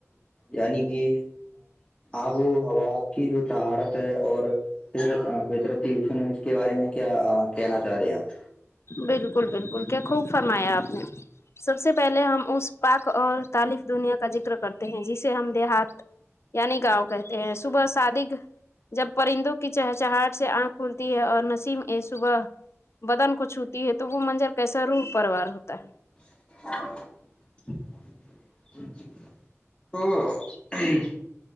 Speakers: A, on the left; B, on the left.
A: یعنی کہ آب و ہوا کی جو طہارت اورر پرن اس کے بارے میں کیا کہنا چاہ رہے ہیں آپ
B: بالکل بالکل کیا خوب فرمایا آپ نے سب سے پہلے ہم اس پاک اور تالف دنیا کا ذکر کرتے ہیں جسے ہم دیہات یعنی گاؤں کہتے ہیں صبح شادی جب پرندوں کی چہچہٹ سے آنکھ کھلتی ہے اور نسیم صبح بدن کچھ ہوتی ہے تو وہ منزر کیسا روح پروار ہوتا ہے
A: <inaudible> <inaudible>